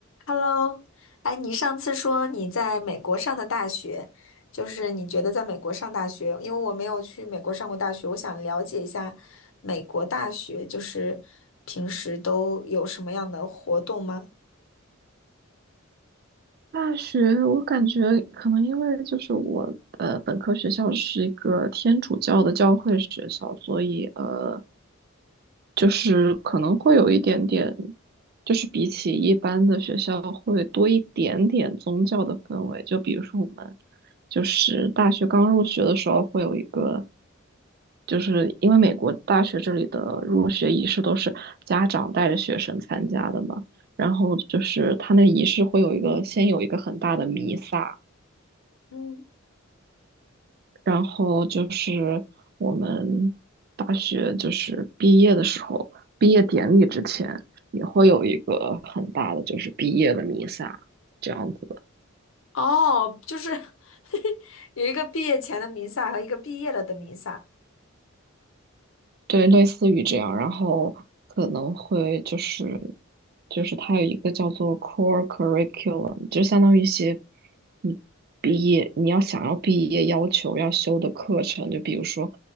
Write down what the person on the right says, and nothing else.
大学，我感觉可能因为就是我呃本科学校是一个天主教的教会学校，所以呃就是可能会有一点点，就是比起一般的学校会多一点点宗教的氛围。就比如说我们就是大学刚入学的时候会有一个，就是因为美国大学这里的入学仪式都是家长带着学生参加的嘛。然后就是他那个仪式会有一个先有一个很大的弥撒，
然后就是我们大学就是毕业的时候，毕业典礼之前也会有一个很大的就是毕业的弥撒，这样子。
对，类似于这样，然后可能会就是就是它有一个叫做 core curriculum，就相当于一些你毕业你要想要毕业要求要修的课程，就比如说